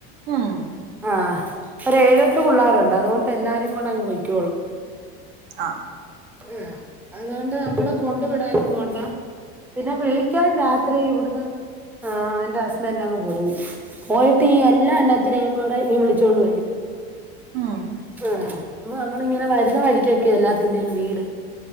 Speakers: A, on the right; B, in the centre.
A: ഉം
B: ആഹ് ഒരേഴെട്ട് പുള്ളാരൊണ്ട് അതുകൊണ്ട് എല്ലാരും കൂടങ്ങ് പൊയ്ക്കോളും
A: ആഹ്
B: <unintelligible> അതുകൊണ്ട് നമ്മള് കൊണ്ട് വിടാനും പോണ്ടാ പിന്നെ വിളിക്കാൻ രാത്രി ഇവ്ട്ന്ന് ആഹ് എന്റെ ഹസ്ബെൻ്റങ്ങ് പോകും പോയിട്ട് ഈ എല്ലാ എണ്ണത്തിനേയും വിടെ ഇങ്ങ് വിളിച്ചോണ്ട് വരും
A: ഉം
B: ആഹ് മ്മ അമ്മളിങ്ങനെ വരുന്ന വഴിക്കൊക്കെയാ എല്ലാത്തിന്റെയും വീട്